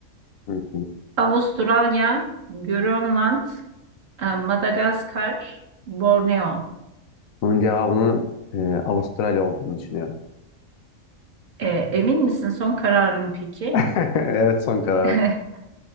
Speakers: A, on the left; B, on the right.
A: Hı hı.
B: Avustralya, Grönland, e, Madagaskar, Borneo.
A: Bunun cevabını e, Avustralya olduğunu düşünüyorum.
B: E, emin misin? Son kararın peki?
A: <laughs> Evet son karar.
B: <laughs>